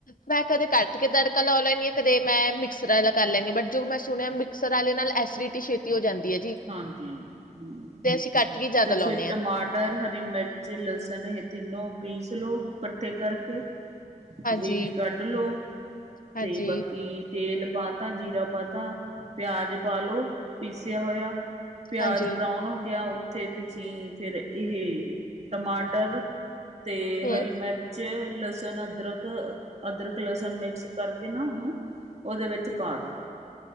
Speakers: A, on the left; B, on the right.
A: ਮੈਂ ਕਦੇ ਕਰ ਤੜਕਾ ਲੱਆ ਲੈਂਦੀ ਆ, ਕਦੇ ਮੈਂ ਮਿਕਸਰ ਕਰ ਲੈੈਂਦੀ ਆ। ਬਟ ਜੋ ਮੈਂ ਸੁਣਿਆ, ਮਿਕਸਰ ਆਲੇ ਨਾਲ ਐਸੀਡਿਟੀ ਛੇਤੀ ਹੋ ਜਾਂਦੀ। ਹੈ ਜੀ
B: ਹਾਂਜੀ, ਹਮ।
A: ਤੇ ਅਸੀਂ ਕੱਟ ਕੇ ਜ਼ਿਆਦਾ
B: ਤੇ
A: ਲਾਉਂਦੇ
B: ਫਿਰ,
A: ਹਾਂ
B: ਟਮਾਟਰ, ਹਰੀ ਮਿਰਚ, ਲਸਨ ਇਹ ਤਿੰਨੋ ਪੀਸ। ਲੋ ਇਕੱਠੇ ਕਰਕੇ <unintelligible>
A: ਹਾਂਜੀ
B: ਗ੍ਰੇਵੀ ਕੱਢ ਲੋ,
A: ਹਾਂਜੀ
B: ਤੇ ਬਾਕੀ? ਤੇਲ ਪਾ ਤਾ, ਜੀਰਾ ਪਾ ਤਾ, ਪਿਆਜ਼ ਪਾ ਲਉ ਪੀਸਿਆ ਹੋਇਆ। ਪਿਆਜ
A: ਹਾਂਜੀ
B: ਬਰਾਉਨ ਹੋ ਗਿਆ। ਉੱਥੇ ਤੁਸੀਂ ਫੇਿਰ ਇਹ ਟਮਾਟਰ। ਤੇ
A: ਹਮ
B: ਹਰੀ ਮਿਰਚ। ਲਸਣ, ਅਦਰਕ, ਅਦਰਕ- ਲਸਣ ਮਿਕਸ ਕਰਕੇ ਨਾ, ਉਹਨੂੰ। ਉਹਦੇ ਵਿੱਚ ਪਾ ਦੋ।